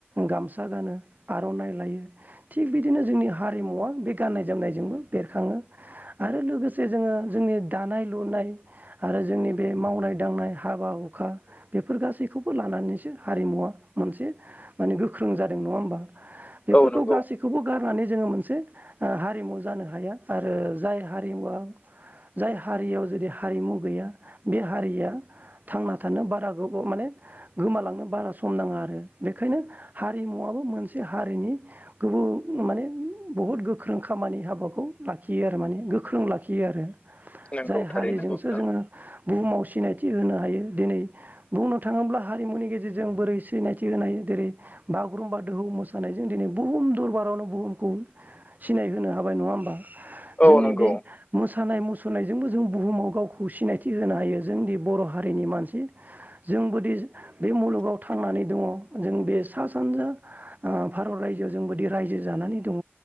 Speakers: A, on the right; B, on the left.
A: गामसा गानो आर'नाइ लायो। थिग बिदिनो जोंनि हारिमुवा बे गाननाय जोमनायजोंबो बेरखाङो। आरो लोगोसे जोङो जोंनि दानाय लुनाय आरो जोंनि बे मावनाय दांनाय हाबा हुखा बेफोर गासैखौबो लानानैसो हारिमुवा मोनसे माने गोख्रों जादों नङा होमबा बेफोरखौ
B: औ नंगौ
A: गासै बेखौबो गारनानै जोङो मोनसे हारिमु जानो हाया आरो जाय हारिमुवा जाय हारियाव जुदि हारिमु गैया बे हारिया थांना थानो बारा गोबाव माने गोमालांनो बारा सम नाङा आरो बेखायनो हारिमुवाबो मोनसे हारिनि गोबो माने बहुद गोख्रों खामानि हाबाखौ लाखियो आरो माने गोख्रों लाखियो आरो।
B: नंगौ
A: जाय हारिजोंसो
B: थारै नंगौ नोंथां
A: जोङो बुहुमाव सिनायथि होनो हायो दिनै बुंनो थाङोब्ला हारिमुनि गेजेरजों बोरै सिनायथि होनाय जेरै बागुरुम्बा दोहौ मोसानायजों दिनै बुहुम दरबारावनो बुहुमखौ सिनाय होनो हाबाय नङा होमबा
B: औ
A: जोंनि
B: नंगौ
A: बे मोसानाय मुसुरनायजोंबो जों बुहुमाव गावखौ सिनायथि होनो हायो जोंनि बर' हारिनि मानसि। जों बोदि बे मुलुगाव थांनानै दङ जों बे सा-सानजा ओ भारत रायजोआव जों बोदि रायजो जानानै दङ